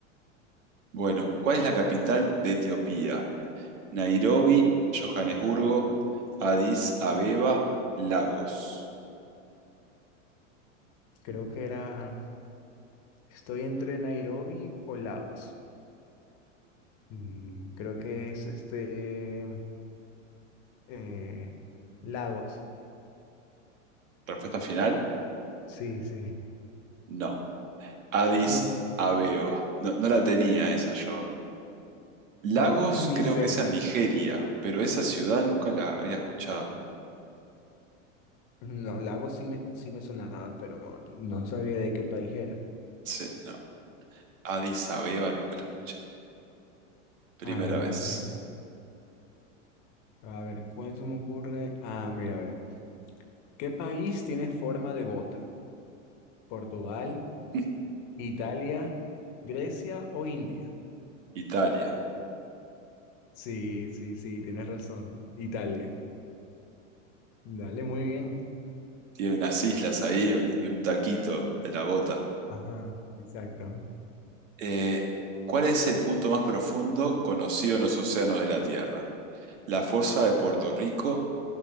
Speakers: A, on the right; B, on the left.
A: Bueno, ¿cuál es la capital de Etiopía? Nairobi, Johannesburgo, Addis Abeba, Lagos.
B: Creo que era, estoy entre Nairobi o Lagos. Mm, creo que es este, eh, Lagos.
A: Respuesta final,
B: Sí, sí.
A: no. Addis
B: No,
A: Abeba. No, no la tenía esa yo.
B: <laughs>
A: Lagos
B: ni
A: creo
B: cerca.
A: que es en Nigeria, pero esa ciudad nunca la había escuchado.
B: No, Lagos sí me, sí me sonaba, pero no sabía de qué país era.
A: Sí, no. Addis Abeba nunca la escuché. Primera
B: A ver, vamos.
A: vez.
B: es- A ver, ¿cuál se me ocurre? Ah, mira, a ver. ¿Qué país tiene forma de bota? ¿Portugal,
A: <laughs>
B: Italia, Grecia o India?
A: Italia.
B: Sí, sí, sí, tienes razón. Italia. Dale, muy bien.
A: Tiene unas islas ahí y un taquito de la bota.
B: Ajá, exacto.
A: Eh, ¿cuál es el punto más profundo conocido en los océanos de la Tierra? ¿La fosa de Puerto Rico,